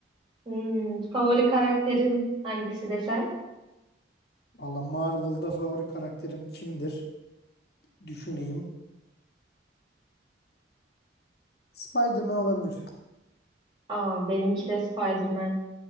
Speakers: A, on the right; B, on the left.
A: Hmm, favori karakterin hangisi desem?
B: Valla Marvel'da favori karakterim kimdir? Düşüneyim. Spider-Man olabilir.
A: Aa, benimki de Spider-Man.